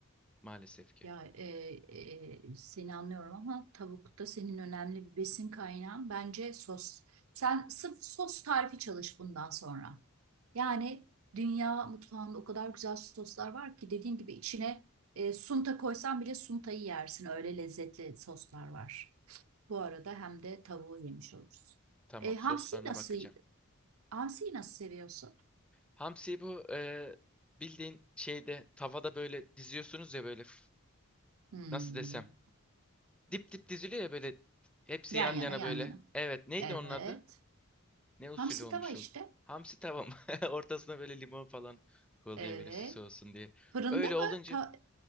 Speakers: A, in the centre; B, on the right.
A: maalesef ki.
B: Ya e, e, e, seni anlıyorum ama tavuk da senin önemli bir besin kaynağın. Bence sos. Sen sırf sos tarifi çalış bundan sonra. Yani dünya mutfağında o kadar güzel soslar var ki dediğim gibi içine e, sunta koysan bile suntayı yersin. Öyle lezzetli soslar var. Bu arada hem de tavuğu yemiş oluruz.
A: Tamam
B: E, hamsiyi
A: soslarına
B: nasıl
A: bakacağım.
B: hamsiyi nasıl seviyorsun?
A: Hamsiyi bu e, bildiğin şeyde tavada böyle diziyorsunuz ya böyle f-
B: Hmm.
A: nasıl desem. Dip dip diziliyor ya böyle hepsi
B: Yan
A: yan yana
B: yana yan
A: böyle.
B: yana.
A: Evet neydi
B: Evet.
A: onun adı? Ne usulü
B: Hamsi
A: olmuş
B: tava işte.
A: oluyor? Hamsi tava mı? <laughs> Ortasına böyle limon falan koyuluyor
B: Evet.
A: böyle süs olsun diye.
B: Fırında
A: Öyle
B: mı?
A: olunca
B: Ta-